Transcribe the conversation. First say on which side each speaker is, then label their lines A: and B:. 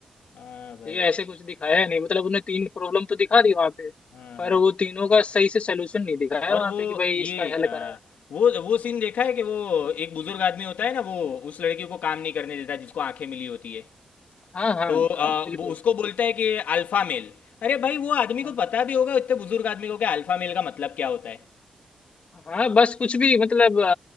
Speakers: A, on the left; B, on the left.
A: हाँ भाई
B: ये ऐसे कुछ दिखाया नहीं मतलब उन्हें तीन प्रॉब्लम तो दिखा दी वहां पे
A: हाँ
B: पर
A: हाँ
B: वो तीनों का सही से सलूशन नहीं दिखाया
A: और
B: वहां
A: वो
B: पे कि भाई
A: ये
B: इसका हल
A: अ,
B: करा है
A: वो वो सीन देखा है कि वो एक बुजुर्ग आदमी होता है ना वो उस लड़की को काम नहीं करने देता जिसको आंखें मिली होती है
B: हाँ हाँ
A: तो अ,
B: हाँ बिल्कुल
A: वो उसको बोलता है कि अल्फा मेल अरे भाई वो आदमी
B: हाँ
A: को पता भी होगा इतने बुजुर्ग आदमी को कि अल्फा मेल का मतलब क्या होता है
B: हाँ बस कुछ भी मतलब